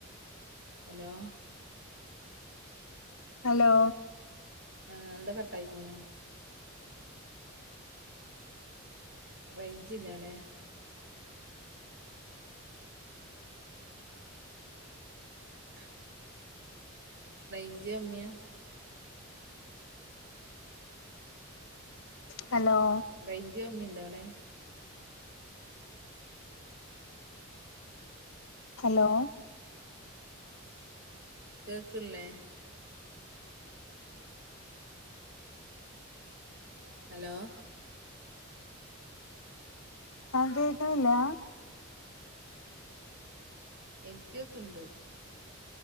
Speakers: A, on the right; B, on the left.
A: ഹലോ
B: ഹലോ
A: ആഹ എന്താ കട്ടായി പോണെ റേയ്ഞ്ച് ഇല്ലാടെ <inaudible> റേഞ്ച് കമ്മിയ
B: ഹലോ
A: റേഞ്ച് കമ്മിയുണ്ടോ ആടെ?
B: ഹലോ
A: കേൾക്ക്ല്ലേ? ഹലോ
B: ആഹ് കേൾക്ക്ണില്ലാ
A: എനിക്കൊക്കെ ഇണ്ട്